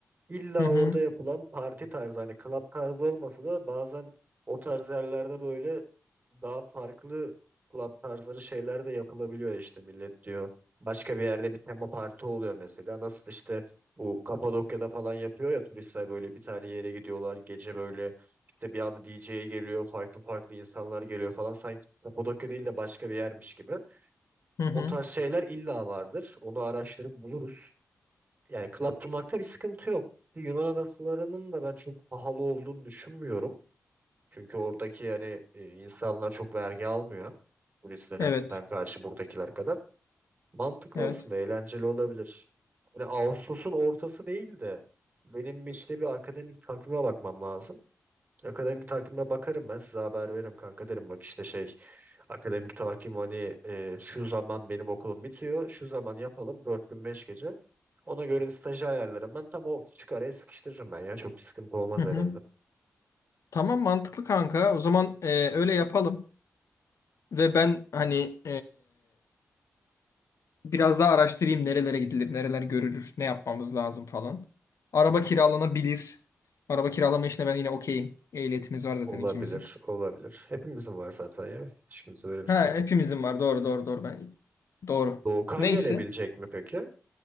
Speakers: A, on the right; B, on the left.
A: İlla
B: Hı hı.
A: orada yapılan parti tarzı hani club tarzı olmasa da bazen o tarz yerlerde böyle daha farklı club tarzları şeyler de yapılabiliyor işte millet diyor. Başka bir yerde bir tema parti oluyor mesela. Nasıl işte bu Kapadokya'da falan yapıyor ya turistler böyle bir tane yere gidiyorlar gece böyle işte bir anda DJ'ye geliyor, farklı farklı insanlar geliyor falan. Sanki Kapadokya değil de başka bir yermiş gibi.
B: Hı hı.
A: O tarz şeyler illa vardır. Onu araştırıp buluruz. Yani club bulmakta bir sıkıntı yok. Yunan adasılarının da ben çok pahalı olduğunu düşünmüyorum. Çünkü oradaki yani e, insanlar çok vergi almıyor. Turistlerden
B: Evet.
A: karşı buradakiler kadar. Mantıklı
B: Evet.
A: aslında, eğlenceli olabilir. Hani Ağustos'un ortası değil de benim işte bir akademik takvime bakmam lazım. Akademik takvime bakarım ben size haber veririm kanka derim bak işte şey akademik takvim hani e, şu zaman benim okulum bitiyor şu zaman yapalım 4 gün 5 gece ona göre de stajı ayarlarım ben tam o küçük araya sıkıştırırım ben ya çok bir sıkıntı olmaz
B: Hı hı.
A: herhalde.
B: Tamam mantıklı kanka. O zaman ee, öyle yapalım. Ve ben hani Biraz daha araştırayım nerelere gidilir, nereler görülür, ne yapmamız lazım falan. Araba
A: Hı.
B: kiralanabilir. Araba kiralama işine ben yine okeyim. Ehliyetimiz var zaten
A: Olabilir
B: ikimizin.
A: olabilir hepimizin var zaten ya şimdi böyle bir
B: Ha,
A: sıkıntı
B: hepimizin
A: yok.
B: var. Doğru, doğru, doğru. Ben doğru.
A: Doğukan
B: Neyse.
A: gelebilecek mi peki?